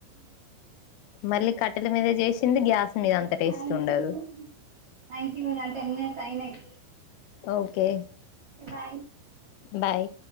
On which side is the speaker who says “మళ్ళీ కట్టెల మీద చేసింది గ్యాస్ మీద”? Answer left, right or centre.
Left